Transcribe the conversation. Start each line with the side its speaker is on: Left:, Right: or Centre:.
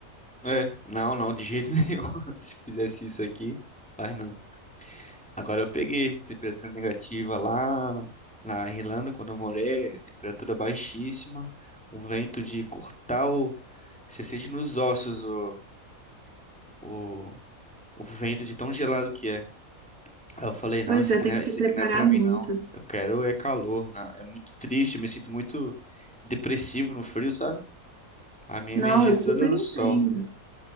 Centre: É, não, não, de jeito <laughs> nenhum. Se fizesse isso aqui, faz não. Agora eu peguei temperatura negativa lá na Irlanda, quando eu morei, temperatura baixíssima, um vento de cortar o... Você sente nos ossos o, o, o vento de tão gelado que é. Aí eu falei, não,
Right: Pois
Centre: isso
Right: é,
Centre: aqui
Right: tem
Centre: não é,
Right: que se
Centre: isso
Right: preparar
Centre: aqui não é pra mim,
Right: muito.
Centre: não. Eu quero é calor, né? É muito triste, eu me sinto muito depressivo no frio, sabe? A minha
Right: Não,
Centre: energia
Right: eu
Centre: é
Right: super
Centre: toda é no
Right: entendo.
Centre: sol.